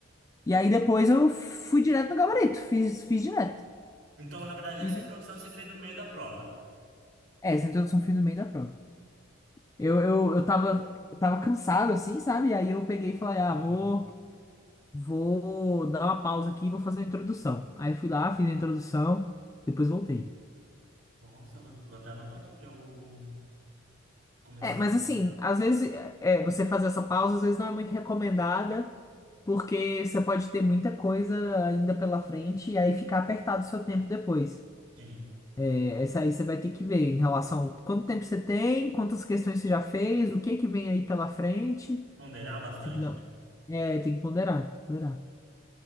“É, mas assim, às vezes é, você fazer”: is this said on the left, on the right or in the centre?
Left